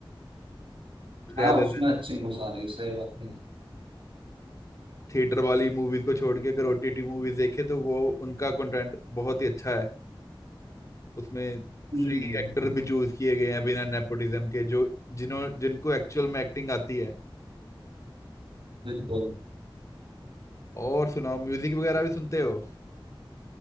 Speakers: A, on the right; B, on the left.
A: हाँ
B: रेदर
A: उसमें
B: देन
A: अच्छी मूवीज आ रही है, सही बात है
B: थिएटर वाली मूवीज को छोड़ के अगर ओटीटी मूवीज देखे तो वो उनका कंटेंट बहुत ही अच्छा है उसमें
A: हम्म
B: सही एक्टर भी चूज किए गए हैं बिना नेपोटिज्म के जो जिन्हों जिनको एक्चुअल में एक्टिंग आती है
A: बिल्कुल
B: और सुनाओ म्यूजिक वगैरह भी सुनते हो